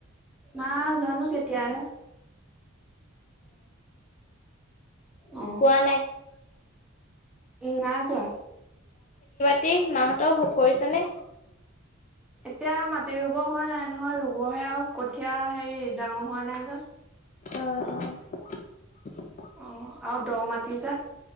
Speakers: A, in the centre; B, on the left.
A: মা, জানো কেতিয়া আহে। অ,
B: কোৱা নাই
A: উম না কোৱা
B: প্ৰতি মাহঁতৰ কৰিছেনে
A: এতিয়া মাটিৰ ৰুব হোৱা নাই নহয় ৰুবহে আৰু কঠীয়া হেৰি ডাঙৰ হোৱা নাই যে
B: অহ অহ
A: অ আৰু দ মাটি যে